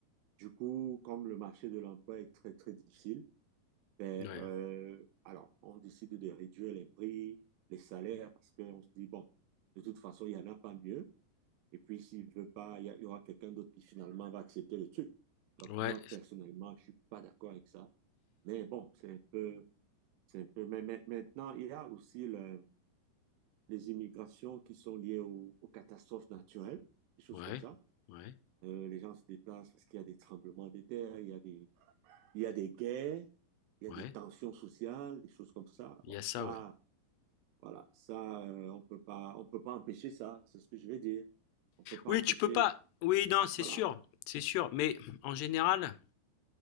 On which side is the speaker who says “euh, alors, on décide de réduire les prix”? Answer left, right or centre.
Right